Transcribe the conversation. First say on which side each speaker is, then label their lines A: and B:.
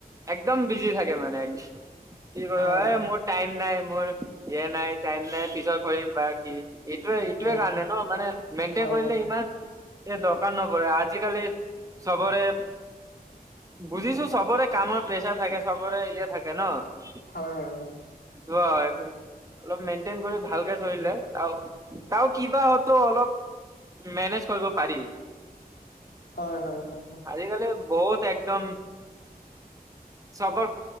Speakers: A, on the right; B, on the left.
A: একদম বিজি থাকে মানে <unintelligible> কি কয়
B: হয়
A: অই মোৰ টাইম নাই। মোৰ এ নাই টাইম নাই পিছত কৰিম বা কি। এইটোৱে এইটোৱে
B: হয়।
A: কাৰণে ন মানে মেইনটেইন
B: হয়
A: কৰিলে
B: হয়
A: ইমান এ দ <unintelligible> আজিকালি চবৰে বুজিছো চবৰে কামৰ প্ৰেচাৰ থাকে চবৰে ইয়ে থাকে ন। <unintelligible>
B: হয় হয়
A: অলপ মেইনটেইন কৰি ভালকে চলিলে তাও - তাও কিবা হয়তো অলপ মেনেজ কৰিব পাৰি।
B: হয় হয় হয় হয়
A: আজিকালি বহুত একদম চবৰ